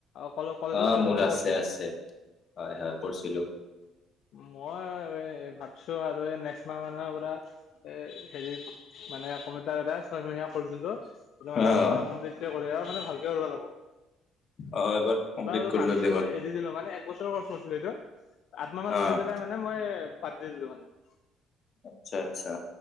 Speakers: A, on the left; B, on the left.
A: কলে কলেজত
B: অ
A: পঢ়ি
B: মোৰ
A: থাকোতে
B: আছে
A: কৰিছিলা
B: আছে হয় হয় কৰিছিলো
A: মই ভাবিছোঁ আৰু নেক্সট মাহ মানৰ পৰা এ হেৰি মানে কম্পিউটাৰ এটা ছয় মীয়া কৰ যোনটো মানে
B: অ',
A: অপোনাৰ কৰি আৰু ভাল
B: অ', এবাৰ কমপ্লিট
A: এইবাৰ
B: কৰি
A: মাজতে
B: ল'লে
A: মই
B: হ'ল
A: এৰি দিলো মানে বছৰৰ কচ কৰিছিল এইটো আঠমাহ মান
B: অ',
A: ধৰি পেলাই মানে মই বাদ দি দো মানে
B: আচ্ছা আচ্ছা।